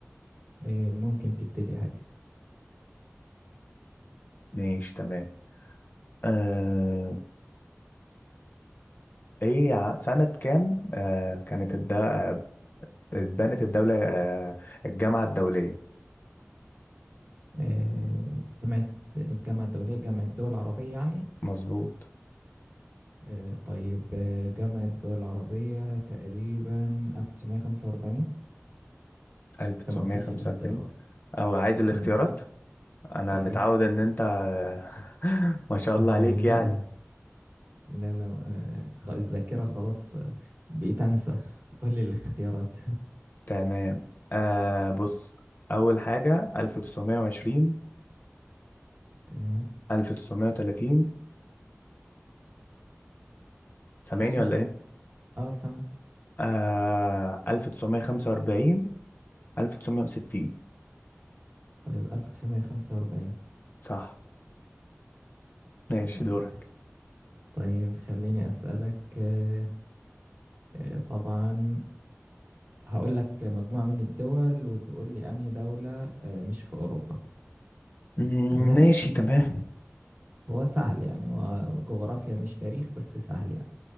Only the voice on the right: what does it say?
آه، ممكن تبتدي عادي
آه، جامعة الجامعة الدولية جامعة الدول العربية يعني
آه، طيب آه، جامعة الدول العربية تقريبا 1945
انت ما قلتليش الاختيارات
انت ما قلتلي
يا
ريت
<laughs>
لا لا لا آه، خ- الذاكرة خلاص آه، بقيت انسى <laughs> قول لي الاختيارات
تمام
ماشي
اه سامعك
طيب 1945
تمام
طيب خليني أسألك آه، آه، طبعا هقول لك مجموعة من الدول وتقول لي أنهي دولة آه، مش في أوروبا
تمام
هو سهل يعني هو جغرافيا مش تاريخ بس سهل يعني